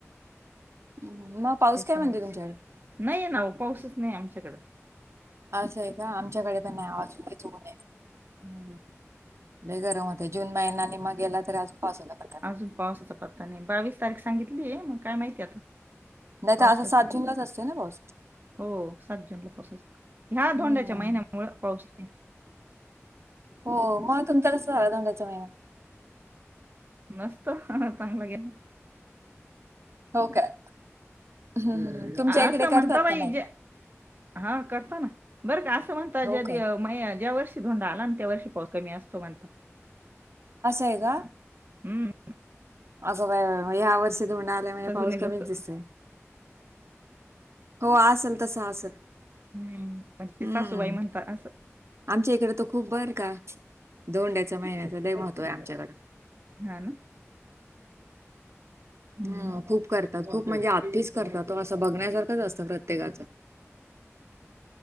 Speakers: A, on the right; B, on the right.
A: हम्म, मग पाऊस
B: त्याच्यामुळे
A: काय म्हणतोय तुमच्याकडे?
B: नाहीय ना पाऊसच नाही आमच्याकडं
A: असं आहे का आमच्याकडे पण नाही ऊन आहे
B: हम्म ह
A: लय गरम होतंय. जून महिना निम्मा गेला तरी अजून पावसाचा पत्ता नाही.
B: अजून पावसाचा पत्ता नाही बावीस तारीख सांगितलीय मग काय माहितीय आता
A: नाही
B: पावसाची
A: तर असा सात जुूनलाच असतोय ना पाऊस
B: हो सात जूनला पाऊस असतो ह्या
A: हम्म.
B: धोंड्याच्या महिन्यामुळे पाऊस ते
A: हो मग तुमच कसं झालं धोंडाच्या महिना
B: मस्त हा चांगलं गेला
A: हो काय हं, हं. तुमच्या
B: असं
A: इकडे करतात
B: म्हणता बा
A: का नाही?
B: जे हा करता ना बरं का असं म्हणता
A: हो
B: ज्या
A: का?
B: म ज्या वर्षी धोंडा आला ना त्या वर्षी पाऊस कमी असतो म्हणता.
A: आहे का?
B: हम्म.
A: असं ह्या वर्षी धोंडा आल्यामुळे
B: म्हणता
A: पाऊस
B: जुने
A: कमीच
B: लोक
A: दिसतोय. हो असल तसं असेल.
B: ह म्हणजे
A: हं.
B: सासूबाई म्हणतात असं.
A: आमच्या इकडे तर खूप बर का धोंड्याचं महिन्याचं लय महत्त्व य आमच्याकड.
B: हा ना. हम्म
A: हम खूप करतात खूप म्हणजे आती च करतात ओ असं बघण्यासारखंच असतं प्रत्येकाचं
B: <inaudible>